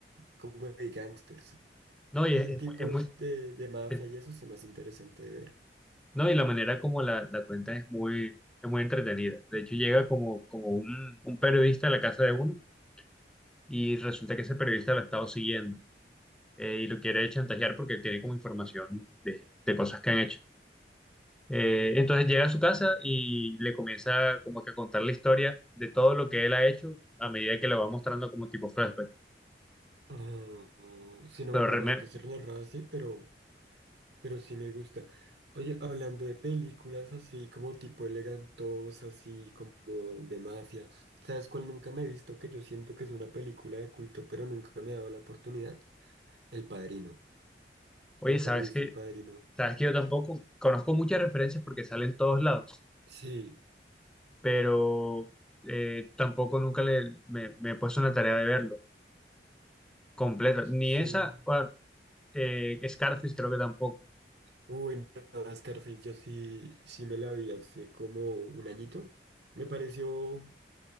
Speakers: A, on the right (about 75°); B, in the centre.
A: como de gangsters.
B: No, y
A: Ese
B: es, es
A: tipo
B: muy, es muy-
A: de, de mafia
B: es-
A: y eso es más interesante de ver.
B: no, y la manera como la, la cuenta es muy, es muy entretenida. De hecho, llega como, como un, un periodista a la casa de uno y resulta que ese periodista lo ha estado siguiendo eh, y lo quiere chantajear porque tiene como información de, de cosas que han hecho. Eh, entonces llega a su casa y le comienza como que a contar la historia de todo lo que él ha hecho a medida que lo va mostrando como tipo flashback.
A: Ah, sí, no
B: Pero
A: me acordaba
B: Reme,
A: que se narraba así, pero, pero sí me gusta. Oye, hablando de películas así como tipo elegantosas, así como de mafia, ¿sabes cuál nunca me he visto? Que yo siento que es una película de culto, pero nunca me ha dado la oportunidad. El Padrino.
B: oye,
A: Nunca
B: ¿sabes
A: me he visto
B: qué?
A: El Padrino.
B: ¿Sabes que yo tampoco conozco muchas referencias porque salen en todos lados,
A: Sí,
B: pero eh, tampoco nunca le, me, me he puesto una tarea de verlo completa. Ni
A: sí.
B: esa, cua- eh, Scarface creo que tampoco.
A: Uy, no, Scarface, yo sí, sí me la vi hace como un añito. Me pareció,